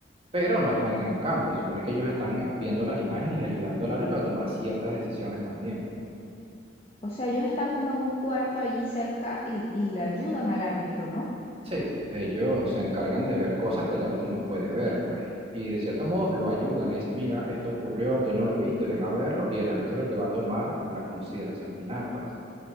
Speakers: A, on the right; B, on the left.
A: pero no están en el campo. Se supone que ellos están eh, viendo las imágenes y ayudando al árbitro a tomar ciertas decisiones también.
B: O sea, ellos están como en un cuarto allí cerca y, y le ayudan al árbitro, ¿no?
A: Sí, ellos se encargan de ver cosas que el árbitro no puede ver, pues, y, y de cierto modo lo ayudan, le dicen, mira, esto ocurrió, tú no lo viste, ven a verlo, y el árbitro es el que va a tomar la consideración final, pues.